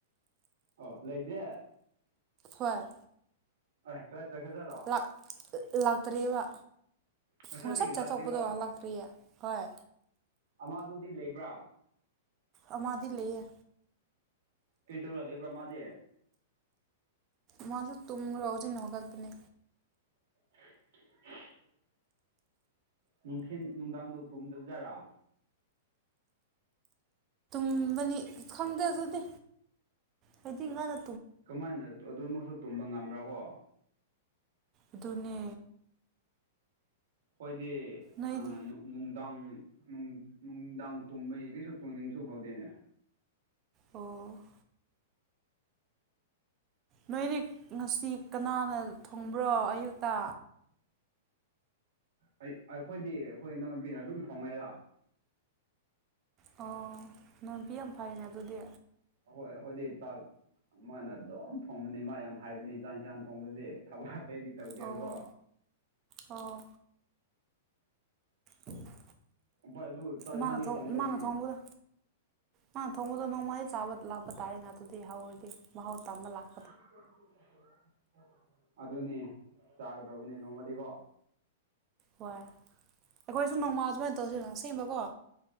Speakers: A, on the right (about 60°); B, on the right (about 20°).
A: ꯑꯣ ꯂꯩꯗꯦ
B: ꯍꯣꯏ
A: ꯑꯣꯢ ꯀꯔꯥꯏ ꯆꯈ꯭ꯔꯖꯔꯣ
B: ꯂꯥꯛ ꯂꯥꯛꯇ꯭ꯔꯤꯕ
A: ꯉꯁꯥꯏꯗꯒꯤ
B: ꯉꯁꯥꯏ
A: ꯂꯥꯛꯇ꯭ꯔꯤꯕꯣ
B: ꯆꯠꯊꯣꯛꯄꯗꯣ ꯂꯛ ꯀ꯭ꯔꯤ ꯍꯣꯏ
A: ꯑꯃꯗꯨꯗꯤ ꯂꯩꯕ꯭ꯔꯥ
B: ꯑꯃꯗꯤ ꯂꯩꯌꯦ
A: ꯀꯩ ꯇꯧꯔ ꯂꯩꯕ꯭ꯔꯥ ꯃꯥꯗꯤ
B: ꯃꯥꯁꯨ ꯇꯨꯝꯔꯒ ꯍꯨꯖꯤꯛꯅ ꯍꯧꯒꯠꯄꯅꯦ
A: <inaudible> ꯅꯨꯡꯊꯤꯟ ꯅꯨꯡꯗꯥꯡꯗꯣ ꯇꯨꯝꯗꯕꯖꯥꯔꯥ
B: ꯇꯨꯝꯕꯅꯤ ꯈꯪꯗꯦ ꯑꯗꯨꯗꯤ ꯍꯥꯏꯗꯤ ꯉꯥꯅ
A: ꯀꯃꯥꯏꯅ ꯑꯗꯨꯃꯁꯨ ꯇꯨꯝꯕ ꯉꯝꯕ꯭ꯔ ꯀꯣ
B: ꯑꯗꯨꯅꯦ
A: ꯈꯣꯏꯗꯤ
B: ꯅꯣꯏꯗꯤ
A: ꯑ ꯅꯨ ꯅꯨꯡꯗꯥꯡ ꯅꯨꯡ ꯅꯨꯡꯗꯥꯡ ꯇꯨꯝꯕꯩ ꯀꯩꯁꯨ ꯇꯨꯝꯅꯤꯡꯕꯁꯨ ꯐꯥꯎꯗꯦꯅꯦ
B: ꯑꯣ ꯅꯣꯏꯗꯤ ꯉꯁꯤ ꯀꯅꯥꯅ ꯊꯣꯡꯕ꯭ꯔꯣ ꯑꯌꯨꯛꯇ
A: ꯑꯩ ꯑꯩꯈꯣꯏꯗꯤ ꯑꯩꯈꯣꯏ ꯏꯅꯥꯎꯅꯨꯄꯤꯅ ꯑꯗꯨꯝ ꯊꯣꯡꯉꯦꯗ
B: ꯑꯣ ꯅꯪꯗꯤ ꯌꯥꯝ ꯐꯩꯅꯦ ꯑꯗꯨꯗꯤ
A: ꯍꯣꯏ ꯑꯩꯈꯣꯏꯗꯤ ꯆꯥꯛ ꯃꯥꯅ ꯑꯗꯨꯝ ꯊꯣꯡꯕꯅꯤ ꯃꯥ ꯌꯥꯝ ꯍꯥꯏꯕꯅꯤ ꯆꯥꯛ ꯏꯟꯁꯥꯡ ꯊꯣꯡꯕꯗꯤ ꯊꯕꯛ ꯑꯇꯩꯗꯤ ꯇꯧꯗꯦꯕꯀꯣ
B: ꯑꯣ ꯑꯣ <unintelligible>
A: ꯍꯣꯏ ꯑꯗꯨ ꯆꯥꯛ ꯏꯟꯁꯥꯡꯗꯤ
B: ꯃꯅꯥ ꯊꯣꯡ
A: ꯊꯣꯡꯒꯗꯧꯕꯅꯤ
B: ꯃꯅꯥ ꯊꯣꯡꯕꯗꯨ ꯃꯥ ꯊꯣꯡꯕꯗꯣ ꯅꯣꯡ ꯑꯩ ꯆꯥꯕ ꯂꯥꯛꯄ ꯇꯥꯔꯦꯅꯥ ꯑꯗꯨꯗꯤ ꯍꯧꯔꯗꯤ ꯃꯍꯥꯎ ꯇꯝꯕ ꯂꯥꯛ
A: <unintelligible> ꯑꯗꯨꯅꯦ ꯆꯥꯒꯗꯧꯕꯅꯦ ꯅꯣꯡꯃꯗꯤꯀꯣ
B: ꯍꯣꯏ ꯑꯩꯈꯣꯏꯁꯨ ꯅꯣꯡꯃꯥ ꯑꯁꯨꯃꯥꯏ ꯇꯧꯁꯤꯔ ꯁꯦꯝꯕꯀꯣ